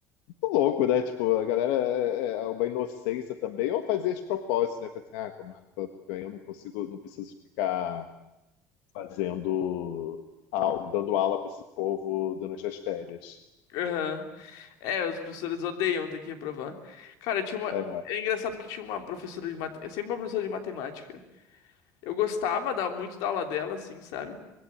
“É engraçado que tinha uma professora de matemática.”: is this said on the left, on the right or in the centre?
Left